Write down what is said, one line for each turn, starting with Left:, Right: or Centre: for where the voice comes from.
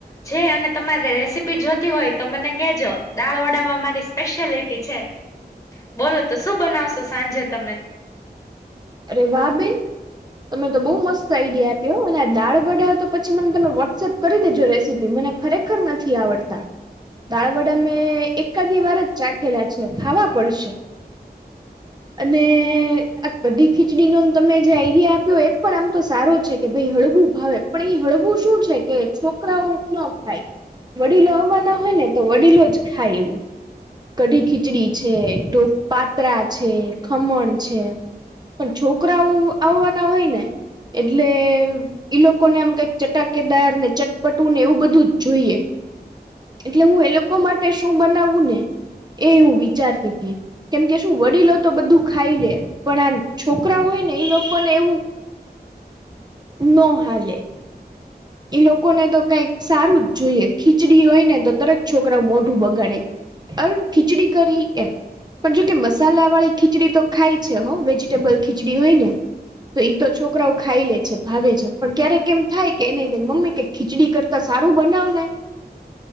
Left: જે અને તમારે રેસીપી જોતી હોય તો મને કેજો. દાળ વડામાં મારી સ્પેશિયાલિટી છે બોલો તો શું બનાવશો સાંજે તમે?
Right: અરે વાહ બેન! તમે તો બહુ મસ્ત આઈડિયા આપ્યો અને આ દાળ વડા તો પછી મને તમે વોટ્સએપ કરી દેજો રેસીપી મને ખરેખર નથી આવડતા. દાળ વડા મેં એકાદી વાર જ ચાખેલા છે ખાવા પડશે. અને કઢી ખીચડીનો તમે જે આઈડિયા આપ્યો એ પણ આમ તો સારો છે કે ભાઈ હળવું ભાવે પણ એ હળવું શું છે કે છોકરાઓ નો ખાય વડીલો આવવાના હોય ને તો વડીલો જ ખાય એવું કઢી ખીચડી છે, પાત્રા છે, ખમણ છે. પણ છોકરાઓ આવવાના હોય ને એટલે ઈ લોકોને આમ કઈક ચટાકેદાર ને ચટપટું ને એવું બધું જ જોઈએ. એટલે હું એ લોકો માટે શું બનાવવું ને એ હું વિચારતી હતી કેમકે શું વડીલો તો બધું ખાઈ લે પણ આ છોકરા હોય ને એ લોકો ને એવું નો હાલે. એ લોકોને તો કઈક સારું જ જોઈએ ખીચડી હોય ને તો તરત છોકરાઓ મોઢું બગાડે. અરર ખીચડી કરી એમ પણ જોકે મસાલા વાળી ખીચડી તો ખાય છે હો વેજીટેબલ ખીચડી હોય ને તો ઈ તો છોકરાઓ ખાઈ લે છે ભાવે છે પણ ક્યારેક એમ થાય કે ન બે મમ્મી કે ખીચડી કરતા સારું બનાવને